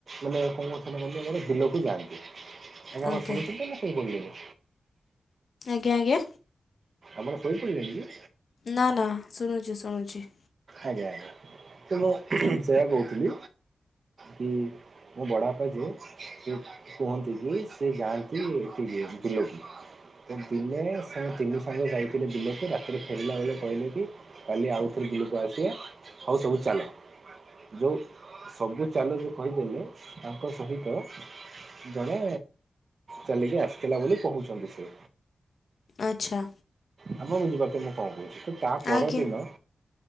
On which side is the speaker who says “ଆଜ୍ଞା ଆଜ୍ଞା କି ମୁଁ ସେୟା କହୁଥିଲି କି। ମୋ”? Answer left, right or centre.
Right